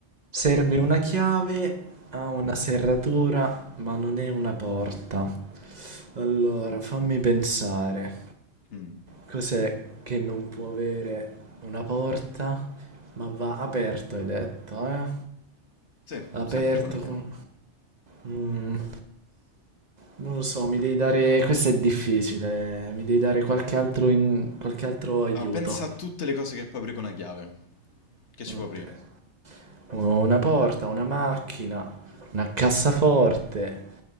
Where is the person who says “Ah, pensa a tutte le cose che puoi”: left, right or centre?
Left